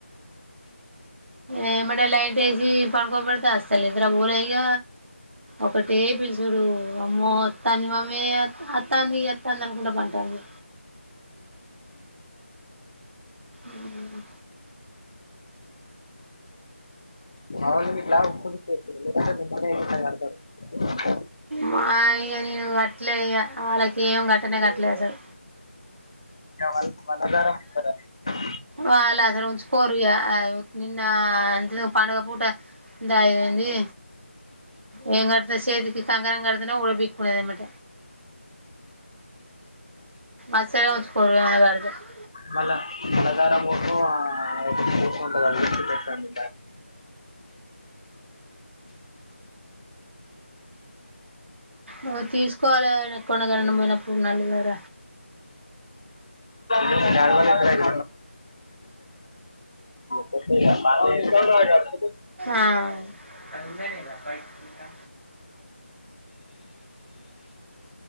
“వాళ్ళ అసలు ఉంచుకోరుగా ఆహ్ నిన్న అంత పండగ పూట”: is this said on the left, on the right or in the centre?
Right